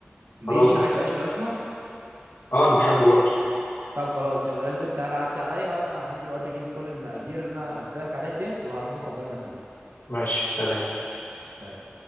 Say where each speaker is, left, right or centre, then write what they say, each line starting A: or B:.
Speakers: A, on the right; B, on the left.
A: بيمشي
B: خلاص ما
A: معاك العيش الاسمر
B: اه انا بحبه برضه
A: طب خلاص يلا انزل تعالى عدي عليا وانا هنزل دلوقتي اجيب كل المقادير اللي انا قلت لك عليها ديت وهطبخ عقبال ما تيجي
B: ماشي سلام
A: سلام